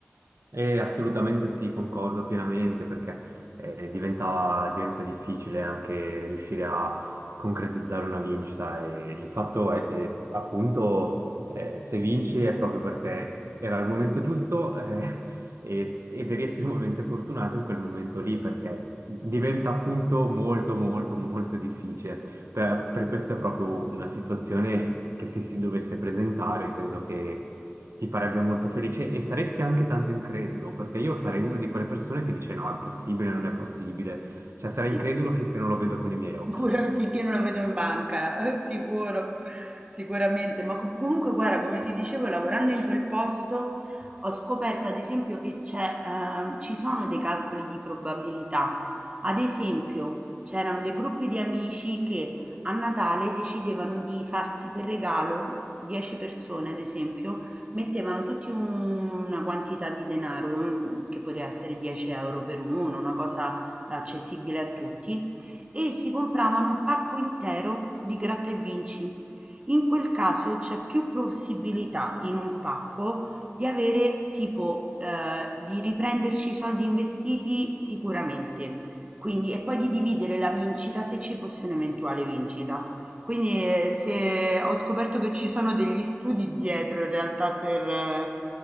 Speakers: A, on the right; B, on the right.
A: Eh, assolutamente sì, concordo pienamente perché eh, diventa, diventa difficile anche riuscire a concretizzare una vincita e il fatto è che appunto eh, se vinci è proprio perché era il momento giusto <laughs> eh, e- ed eri estremamente fortunato in quel momento lì perché diventa appunto molto molto molto difficile. Per, per questo è proprio una situazione che se si dovesse presentare credo che ti farebbe molto felice e saresti anche tanto incredulo, perché io sarei una di quelle persone che dice no, è possibile, non è possibile. Cioè
B: Sì.
A: sarei incredulo finché non lo vedo con i miei occhi.
B: Pure finché non lo vedo in banca, <laughs> eh, sicuro, sicuramente. Ma co- comunque, guarda, come ti dicevo, lavorando in quel posto ho scoperto, ad esempio, che c'è, ehm, ci sono dei calcoli di probabilità. Ad esempio, c'erano dei gruppi di amici che a Natale decidevano di farsi per regalo 10 persone, ad esempio, mettevano tutti un- una quantità di denaro, un- che poteva essere 10 euro per uno, una cosa accessibile a tutti e si compravano un pacco intero di gratta e vinci. In quel caso c'è più possibilità in un pacco di avere tipo eh, di riprenderci i soldi investiti sicuramente. Quindi, e poi di dividere la vincita se ci fosse un'eventuale vincita. Quindi eh, se ho scoperto che ci sono degli studi dietro in realtà per, eh,